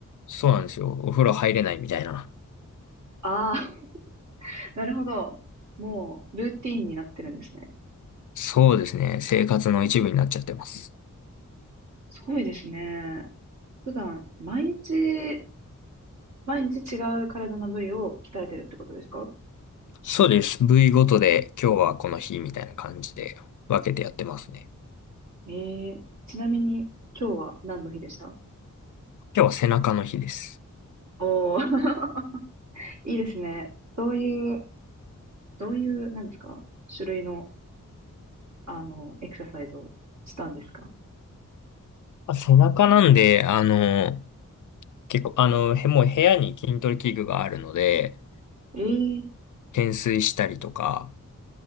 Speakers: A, on the left; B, on the right.
A: そうなんですよ。お風呂入れないみたいな。
B: ああー、<laughs> なるほど。もう、ルーティンになってるんですね。
A: そうですね。生活の一部になっちゃってます。
B: すごいですね。普段、毎日、毎日違う体の部位を鍛えてるってことですか
A: そうです。部位ごとで今日はこの日みたいな感じで分けてやってますね。
B: ええー、ちなみに、今日は何の日でした
A: 今日は背中の日です。
B: おおー、<laughs> いいですね。どういうどういう、なんですか、種類の、あの、エクササイズをしたんですか
A: まあ、背中なんで、あの、結構、あの、へ、もう部屋に筋トレ器具があるので、
B: ええ
A: 懸垂したりとか、